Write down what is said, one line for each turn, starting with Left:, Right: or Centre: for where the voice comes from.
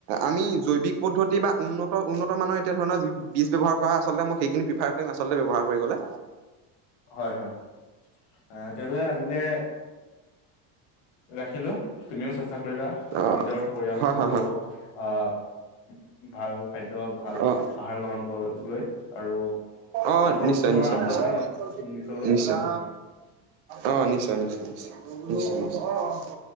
Right: আমি জৈৱিক পদ্ধতি বা উন্নত উন্নত মানৰ এতিয়া ধৰণৰ বীজ ব্যৱহাৰ কৰা আচলতে মই সেইখিনি প্ৰিফাৰ কৰিম আচলতে ব্যৱহাৰ কৰিবলে
Left: হয় হয় এ তেয়া লে আজিলে ৰাখিলো তুমিও চেষ্টা কৰিবা
Right: অ'
Left: নিজৰ পৰিয়াল
Right: হয় হয়
Left: বৰ্গক
Right: হয়।
Left: আহ ভাল খাদ্য ভাল
Right: অ'
Left: আহাৰ গ্ৰহণ কৰি লৈ আৰু
Right: অ'
Left: আকৌ
Right: নিশ্চয়
Left: পুনৰ
Right: নিশ্চয়
Left: আকৌ
Right: নিশ্চয়।
Left: এটা নত কি বিষয় লৈ
Right: নিশ্চয়
Left: কথা পাতিম উম
Right: অ নিশ্চয় নিশ্চয় নিশ্চয় নিশ্চয় নিশ্চয়